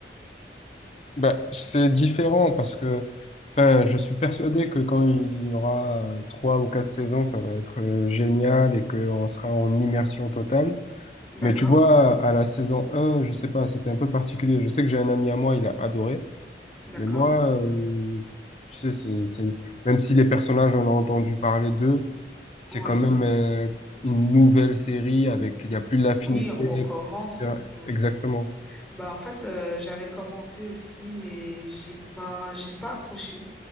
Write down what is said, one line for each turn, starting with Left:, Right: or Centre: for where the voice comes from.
Left: Bah, c'est
Centre: est-ce-
Left: différent parce que enfin, je suis persuadé que quand il y aura euh, trois ou quatre saisons, ça va être euh, génial et qu'on sera en immersion totale.
Centre: d'accord,
Left: Mais tu vois, à la saison un, je sais pas, c'était un peu particulier. Je sais que j'ai un ami à moi, il a adoré.
Centre: d'accord,
Left: Mais moi, euh, tu sais, c'est, c'est... même si les personnages, on a entendu parler d'eux, c'est
Centre: oui.
Left: quand même euh, une nouvelle série avec, il y a plus l'affinité,
Centre: Oui, on recommence.
Left: etc.
Centre: Hmm.
Left: Exactement.
Centre: Bah, en fait, euh, j'avais commencé aussi, mais j'ai pas, j'ai pas accroché.